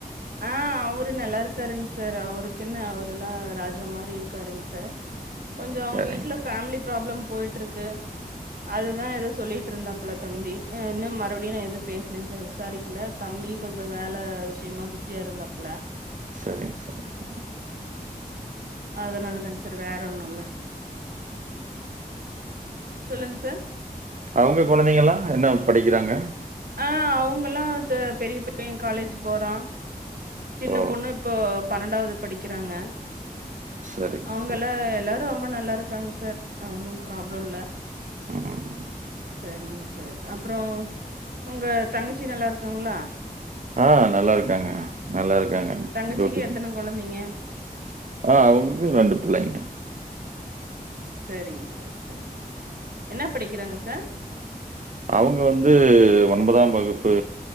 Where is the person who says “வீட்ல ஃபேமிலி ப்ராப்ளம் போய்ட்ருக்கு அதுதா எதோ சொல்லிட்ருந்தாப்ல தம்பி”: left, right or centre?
Right